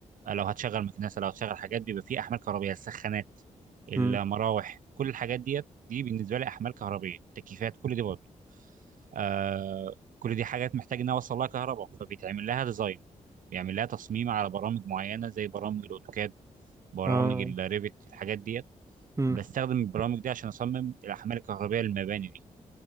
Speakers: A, on the right; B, on the right.
A: آه، لو هتشغل مكنسه لو هتشغل حاجات بيبقى فيه احمال كهربيه السخانات المراوح
B: امم
A: كل الحاجات ديت دي بالنسبه لي احمال كهربيه تكييفات كل دي برضه آه كل دي حاجات محتاج انها اوصل لها كهرباء فبيتعمل لها ديزاين بيعمل لها تصميم على برامج معينه زي برامج الاوتوكاد برامج
B: اه
A: الريفت الحاجات ديت
B: امم
A: بستخدم البرامج دي عشان اصمم الاحمال الكهربائيه للمباني دي